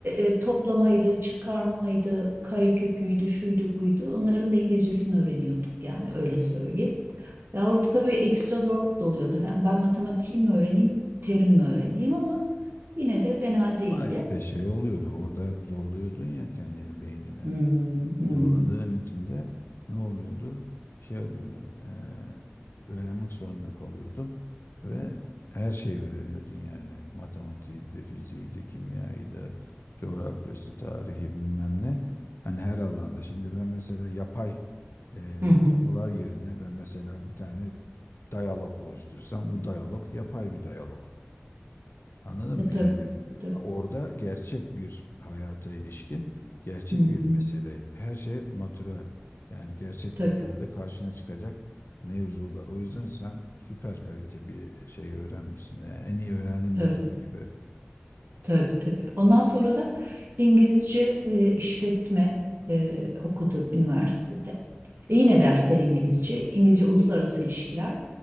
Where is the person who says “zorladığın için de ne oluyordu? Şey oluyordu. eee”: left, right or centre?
Left